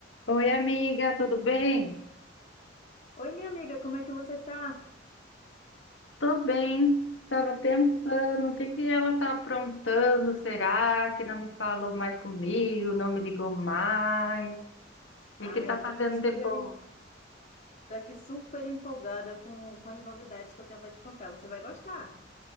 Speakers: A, on the left (about 80°); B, on the left (about 40°).
A: Oi, amiga, tudo bem?
B: Oi, minha amiga, como é que você tá?
A: Tô bem. Tava pensando, o que que ela tá aprontando? Será que não me falou mais comigo, não me ligou mais? O que
B: Ah,
A: que tá
B: eu
A: fazendo
B: tô aqui super,
A: de bom?
B: em- tô aqui super empolgada com, com as novidades que eu tenho para te contar. Você vai gostar.